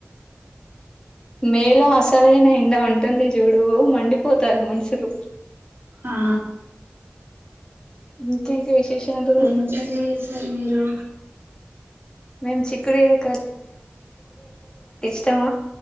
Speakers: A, on the left; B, on the right.
A: మేలో అసలైన ఎండ ఉంటుంది చూడువు మండిపోతారు మనుష చలు
B: ఆ
A: ఇంకేంటి విశేషాలు
B: ఏంటి కర్రి చేసార్ మీరు
A: మేము చిక్కుడుకాయ త్తమ